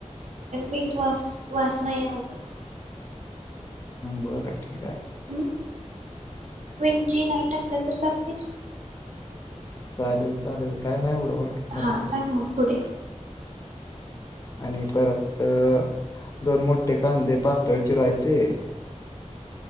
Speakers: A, on the right; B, on the left.
A: <inaudible> वास नाही आवडत
B: बर ठीक हाय
A: हम्म वेलची नाही टाकल्या तर चाल <inaudible>
B: चालेल चालेल काय नाही एवढं वाटेल फार
A: हा
B: पडत
A: सांग मग पुढे
B: आणि परत दोन मोठे कांदे पातळ चिरायचे